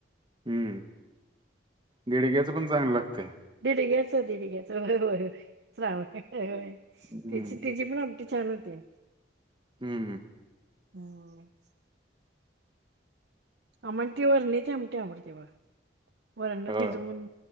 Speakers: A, on the right (about 25°); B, on the right (about 65°).
A: हम्म दिडग्याचं पण चांगलं लागतंय
B: दिडघ्याच दिडघ्याचं होय होय श्रावण व्हय.
A: हम्म
B: तिची तिची पण आमटी छान होतेय.
A: हूम्म हूम्म. <unintelligible>
B: हम <unintelligible> आम्हा ती वरण्याची आमटी आवडते बघा. वरंना
A: हो
B: भिजवून